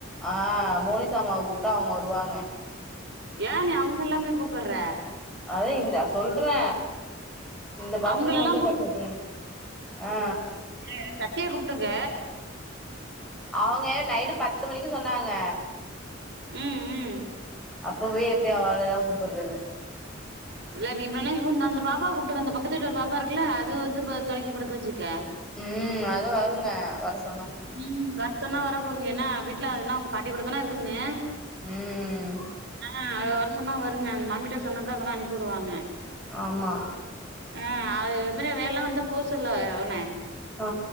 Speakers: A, in the centre; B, on the right.
A: ஆ மோனிசாம்மாவக் கூப்ட்டா அவுங்க வருவாங்க
B: ஏன் நீ அவுங்களல்லாமே கூப்புட்ற
A: அதே இந்த சொல்றே இந்த பசங்க
B: அவங்களல்லா
A: வந்து பட்த்துக்குங்க ஆ
B: என்ன இது சத்திய கூப்ட்டுக்க
A: அவுங்க நைட்டு பத்து மணிக்கி சொன்னாங்க
B: உம் உம்
A: அப்ப போய் எப்டி அவாலெல்லா கூப்புட்றது
B: இல்ல நீ இப்டில்லா இவு அந்த பாப்பா கூப்டுக்க அந்த பக்கத்து வீட்டுல ஒரு பாப்பா இருக்குல்ல அது வந்து இப்ப தொணக்கி படுக்க ச்சுக்க
A: உம் அது வருங்க வர சொ
B: உம் வரச் சொன்னா வர போதுங்க ஏன்னா வீட்ல அதுன்னா அவுங்க பாட்டி கூட தான இருக்குங்க
A: உம்
B: ஆ அவ வரச் சொன்னா வருங்க அந்த மாம்மிட்ட சொன்னாக்கா அதெல்லா அனுப்புடுவாங்க
A: ஆமா
B: ஆ அது இவரு வேல்லா வந்தா போஸ்ஸொல்லு அவன
A: ஆ